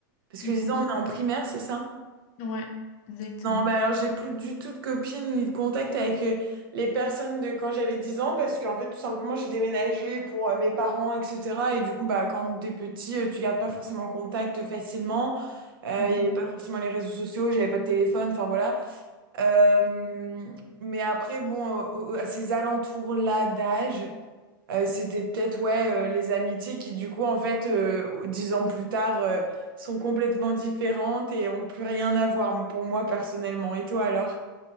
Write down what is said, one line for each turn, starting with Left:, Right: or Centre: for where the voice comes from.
Right: Parce que
Left: Mm.
Right: 10 ans, on est en primaire, c'est ça?
Left: Mhm. Ouais, exactement.
Right: Non, bah alors j'ai plus du tout de copines ni de contact avec euh, les personnes de quand j'avais 10 ans parce qu'en fait tout simplement j'ai déménagé pour euh, mes parents etc. Et du coup bah quand t'es petit euh, tu gardes pas forcément contact facilement. Euh,
Left: Mhm.
Right: Il y avait pas forcément les réseaux sociaux, j'avais pas de téléphone, enfin voilà. Euh, mais après bon euh, euh, à ces alentours-là d'âge. Euh, c'était peut-être ouais euh, les amitiés qui du coup en fait euh, dix ans plus tard euh, sont complètement différentes et ont plus rien à voir pour moi personnellement. Et toi alors?